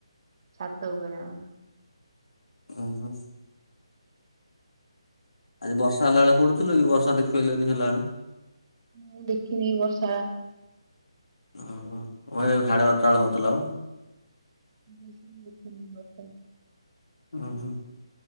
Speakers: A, on the right; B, on the left.
A: ଛାତ ଉପରେ ଆମର।
B: ଓ ହୋ। ଆଜି ବର୍ଷା ହେଲା ବେଳେ କଉଠିଥିଲ କି ବର୍ଷା ଦେଖିପାଇଲନି ହେଲା ବେଳେ?
A: ମୁଁ ଦେଖିନି ବର୍ଷା।
B: ଓହୋ ହୋଇ ସାଢ଼େ ବାର ଟା ବେଳେ ହଉଥିଲା ବା।
A: ମୁଁଁ <unintelligible> ଦେଖିନି ବର୍ଷା।
B: ହୁଁ ହୁଁ